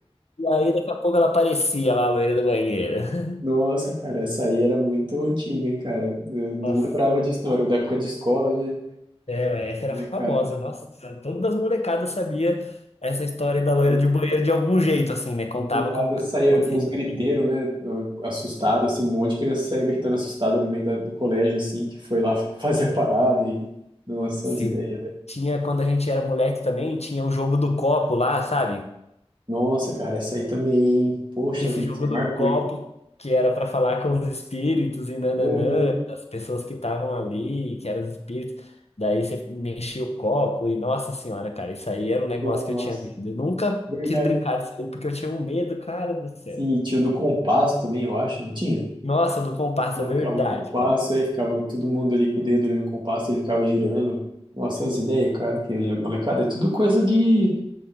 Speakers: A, on the left (about 75°); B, on the right (about 45°).
A: e aí daqui a pouco ela aparecia lá, a loira do banheiro. <laughs>
B: Nossa, cara, essa aí era muito antiga, hein, cara? Eu não
A: Nossa.
B: lembrava disso, não. Era da época de escola, né?
A: É, ué, essa era
B: Molecada.
A: famosa, nossa, todas as molecadas sabia essa história da
B: Uhum.
A: loira de banheiro de algum jeito, assim, né? Contava
B: Do nada
A: como que
B: saía
A: acontecia.
B: uns
A: de
B: griteiros,
A: algum jeito.
B: né? Assustado, assim, um monte de criança saía gritando assustada no meio da- do colégio, assim, que foi lá <laughs> fazer a parada e. Nossa,
A: Sim.
B: as ideias, velho.
A: Tinha, quando a gente era moleque também, tinha o jogo do copo lá, sabe?
B: Nossa, cara, essa aí também, hein? Poxa
A: Esse
B: vida,
A: jogo
B: isso aí
A: do
B: marcou,
A: copo
B: hein?
A: que era pra falar com os espíritos e nananã,
B: Aham,
A: as pessoas que estavam ali, que eram os espíritos. Daí você mexia o copo e, nossa senhora, cara, isso aí era um negócio
B: Nossa,
A: que eu tinha medo. Eu nunca
B: verdade.
A: quis brincar disso aí porque eu tinha um medo, cara do céu.
B: Sim, e tinha o do compasso também, eu acho, não tinha?
A: Nossa, do comparsa,
B: Colocava
A: verdade,
B: o compasso,
A: cara.
B: aí ficava todo mundo ali com o dedo ali no compasso, ele ficava girando. Nossa, as ideias, cara, que a molecada é tudo coisa de,